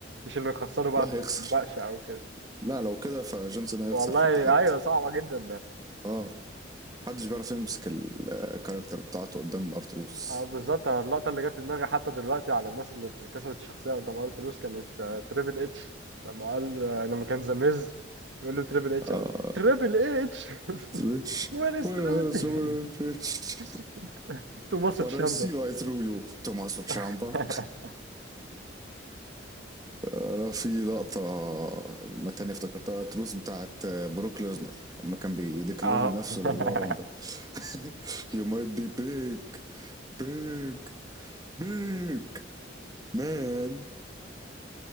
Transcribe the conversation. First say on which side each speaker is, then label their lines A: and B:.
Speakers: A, on the right (about 70°); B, on the right (about 20°).
A: مش انه يخسره بقى
B: لا
A: في
B: هيخسر
A: المناقشة او كده
B: لا لو كده فجون سينا
A: والله
B: هيخسر في التحدي
A: ايوه صعبة جدا
B: اه محدش بيعرف يمسك الكاركتر بتاعته قدام ارتروس
A: اه بالظبط أنا اللقطة اللي جت في دماغي حتى دلوقتي على الناس اللي كسرت الشخصية قدام ارتروس كانت آه، تريبل اتش لما قال آه، لما كان زاميز بيقول له تريبل اتش
B: اه
A: أقول تريبل اتش
B: سويتش
A: <laughs> وير از
B: وير
A: تريبل
B: هيز روبرت سويتش
A: اتش <laughs> تو
B: <laughs>
A: ماسك
B: but
A: شامبو
B: I see right through you Tommaso Ciampa
A: <laughs>
B: انا في لقطة ما تانية افتكرتها تروس بتاعت بروك ليزنر لما كان بيديكلير
A: اه
B: نفسه
A: <laughs>
B: للرو رامبل <laughs> You might be big big big man